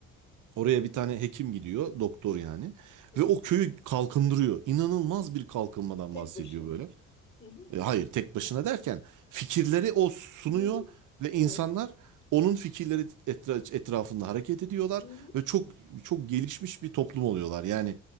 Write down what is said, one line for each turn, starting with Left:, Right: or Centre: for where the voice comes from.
Right: Oraya
Left: Hı hı,
Right: bir tane hekim gidiyor, doktor yani
Left: hı hı.
Right: ve o köyü kalkındırıyor. İnanılmaz bir kalkınmadan
Left: Tek
Right: bahsediyor
Left: başına.
Right: böyle.
Left: Hı hı,
Right: E, Hayır, tek başına derken fikirleri o sunuyor
Left: hı hı.
Right: ve insanlar
Left: Evet.
Right: onun fikirleri etra- etrafında hareket ediyorlar
Left: Hı hı,
Right: ve çok çok gelişmiş bir toplum oluyorlar. Yani